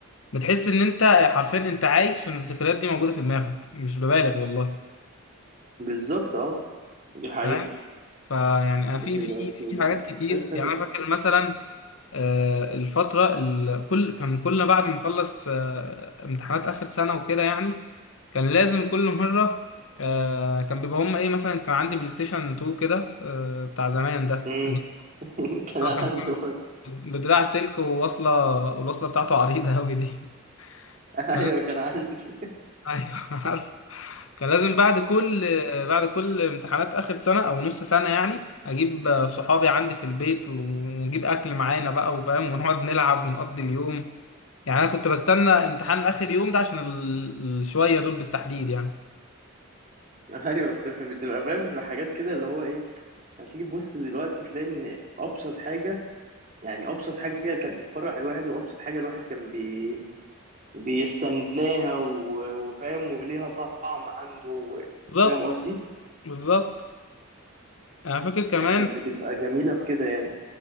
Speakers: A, on the left; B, on the right.
A: بتحس ان انت حرفيا انت عايش عشان الذكريات دي موجوده في دماغك مش ببالغ والله
B: بالظبط اه دي حقيقة
A: فاهم فيعني أنا
B: بتبقى
A: في في
B: بتبقى
A: في
B: ذكريات
A: حاجات كتير
B: حلوة
A: يعني انا فاكر مثلا آه، الفترة ال- كل كان كلنا بعد ما نخلص آه، امتحانات آخر سنة وكده يعني كان لازم كل مرة آه، كان بيبقى هما إيه مثلا كان عندي بلاي ستيشن 2 كده آه، بتاع زمان ده
B: مم.
A: قديم
B: <laughs> كان
A: هو
B: عندي
A: كان
B: برضه.
A: بدراع سلك وواصلة الوصلة بتاعته عريضة أوي دي <laughs>
B: <laughs> ايوه
A: كان لازم
B: كان عندي
A: أيوه عارف كان لازم بعد كل بعد كل امتحانات آخر سنة أو نص سنة يعني أجيب صحابي عندي في البيت ونجيب أكل معانا بقى وفاهم ونقعد نلعب ونقضي اليوم يعني انا كنت بستنى امتحان اخر يوم ده عشان ال- الشويه دول بالتحديد يعني
B: <laughs> ايوه بتبقى بتبقى فاهم بتبقى حاجات كده اللي هو ايه هتيجي تبص دلوقتي تلاقي ان ابسط حاجه يعني ابسط حاجه كانت بتفرح الواحد وابسط حاجه الواحد كان بي... بيستناها و... وفاهم وليها طعم عنده و-
A: بالظبط
B: فاهم قصدي
A: بالظبط انا فاكر كمان
B: كانت كانت بتبقى جميله في كده يعني